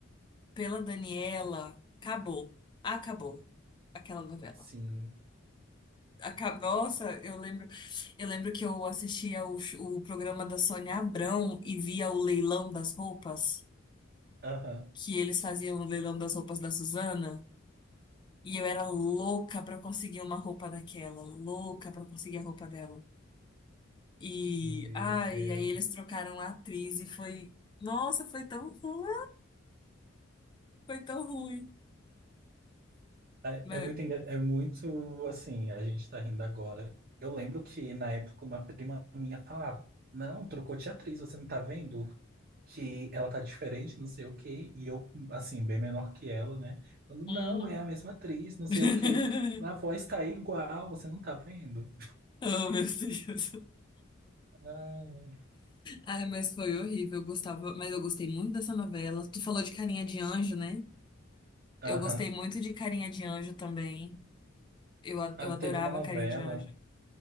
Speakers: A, on the left; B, on the right.
A: pela Daniela, acabou. Acabou aquela novela.
B: Sim.
A: Aca- Nossa, eu lembro, eu lembro que eu assistia o, sh- o programa da Sônia Abrão e via o leilão das roupas,
B: Aham.
A: que eles faziam o leilão das roupas da Suzana. E eu era louca pra conseguir uma roupa daquela, louca pra conseguir a roupa dela. E,
B: Meu
A: ai,
B: Deus.
A: e aí eles trocaram a atriz e foi, nossa, foi tão ruim, foi tão ruim.
B: É
A: Mas,
B: é muito, engra- é muito assim, a gente tá rindo agora. Eu lembro que na época uma prima minha falava: Não, trocou de atriz, você não tá vendo? Que ela tá diferente, não sei o quê. E eu, assim, bem menor que ela, né? Falando:
A: uhum.
B: Não, é a mesma atriz, não sei
A: <laughs>
B: o quê. A voz tá igual, você não tá vendo?
A: Oh, meu Deus.
B: Ai,
A: Ai, mas foi horrível, eu gostava, mas eu gostei muito dessa novela. Tu falou de Carinha de Anjo, né?
B: Aham.
A: Eu gostei muito de Carinha de Anjo também. Eu, a-
B: Ah,
A: eu adorava
B: teve uma novela,
A: Carinha de Anjo.